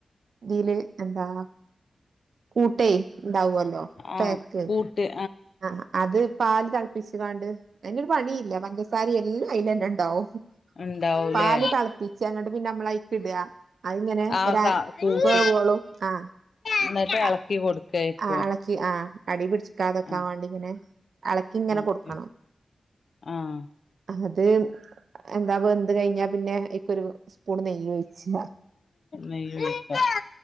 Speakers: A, on the right; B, on the left.
A: ഇതില് എന്താ കൂട്ടേ ഇണ്ടാവല്ലോ
B: ആഹ്
A: പാക്ക്
B: കൂട്ട്
A: ആഹ് അത് പാല് തെളപ്പിച്ചുംകാണ്ട് അതിനൊരു പണിയില്ല പഞ്ചസാരം എല്ലുണ്ട് അയിലന്നെ ഇണ്ടാവും
B: ഉണ്ടാവൂലേ
A: പാല് തെളപ്പിച്ചങ്ങട്ട് പിന്നെ നമ്മളയിക്ക് ഇടാ അതിങ്ങനെ
B: ആഹ്
A: ഒരു
B: സ
A: അര
B: കൂട്ട്
A: വേവോളും ആ
B: എന്നിട്ട്
A: ആ
B: എളക്കി കൊടുക്കായിരിക്കും
A: ആ എളക്കി ആഹ അടി പിടിച്ചിട്ട് ടിക്കാതൊക്കാൻ
B: ആഹ്
A: വേണ്ടി ഇങ്ങനെ എളക്കിങ്ങനെ
B: എളക്കി
A: കൊടുക്കണം
B: ആഹ്
A: അ ഇത് എന്താ വെന്ത് കഴിഞ്ഞാ പിന്നെ ഒരു സ്പൂൺ നെയ്യ് ഒയിച്ച
B: നെയ്യ് ഒഴിക്ക